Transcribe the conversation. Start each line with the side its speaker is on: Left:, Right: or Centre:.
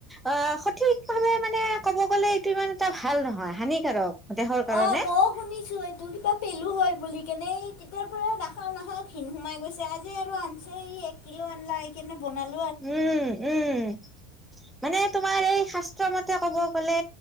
Centre: অ সঠিকভাৱে মানে ক'ব গলে এইটো ইমান এটা ভাল নহয়, হানিকাৰক। দেহৰ কাৰণে
Left: অ মও শুনিছো এইটো কিবা পেলো হয় বুলি কেনে। এই তেতিয়াৰ পৰা নাখাও নাখাও ঘিণ সোমাই গৈছে। আজি আৰু আন এক কিলো আনলা কেনে বনাল
Centre: উম, উম মানে তোমাৰ এই শাস্ত্ৰমতে ক'ব গ'লে